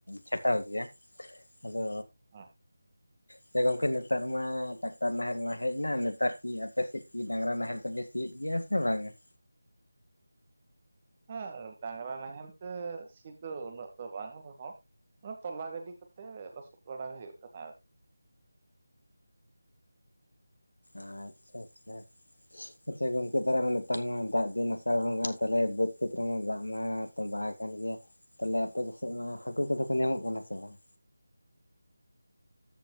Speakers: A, on the left; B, on the right.
A: ᱪᱷᱟᱴᱟᱣ ᱜᱤᱭᱟ ᱟᱫᱚ
B: ᱦᱮᱸ
A: ᱥᱮ ᱜᱚᱢᱠᱮ ᱱᱮᱛᱟᱨ ᱢᱟ ᱴᱟᱠᱴᱟᱨ ᱱᱟᱦᱮᱞ ᱢᱟ ᱦᱮᱡ ᱱᱟ ᱱᱮᱛᱟᱨ ᱠᱤ ᱟᱯᱮ ᱥᱮᱫ ᱠᱤ ᱰᱟᱝᱨᱟ ᱱᱟᱦᱮᱞ ᱛᱮᱯᱮ ᱥᱤᱭᱮᱫ ᱜᱤᱭᱟ ᱥᱮ ᱵᱟᱝ ᱟᱸ?
B: ᱦᱮᱸ ᱰᱟᱝᱨᱟ ᱱᱟᱦᱮᱞ ᱛᱮ ᱥᱤ ᱫᱚ ᱩᱱᱟᱹᱜ ᱫᱚ ᱵᱟᱝ ᱨᱮᱦᱚᱸ ᱛᱟᱞᱟ ᱜᱟᱹᱰᱤ ᱠᱚᱛᱮ ᱞᱚᱥᱚᱫ ᱵᱟᱲᱟ ᱦᱩᱭᱩᱜ ᱠᱟᱱᱟ᱾ ᱟᱨ
A: ᱟᱪᱷᱟ ᱟᱪᱷᱟ
B: <inaudible>
A: ᱟᱪᱷᱟ ᱜᱚᱢᱠᱮ ᱛᱟᱦᱚᱞᱮ ᱱᱮᱛᱟᱨ ᱢᱟ ᱫᱟᱜ ᱫᱤᱱ ᱟᱥᱟᱲ ᱵᱚᱸᱜᱟ ᱛᱟᱦᱚᱞᱮ ᱵᱟᱹᱫᱽ ᱠᱷᱮᱛ ᱨᱮᱢᱟ ᱫᱟᱜ ᱢᱟ ᱛᱚᱸᱵᱟᱭ ᱠᱟᱱ ᱜᱮ ᱛᱟᱦᱚᱞᱮ ᱟᱯᱮ ᱠᱚ ᱥᱮᱫ ᱢᱟ ᱦᱟᱹᱠᱩ ᱠᱚᱫᱚ ᱠᱚ ᱧᱟᱢᱚᱜ ᱠᱟᱱᱟ ᱥᱮ ᱵᱟᱝ?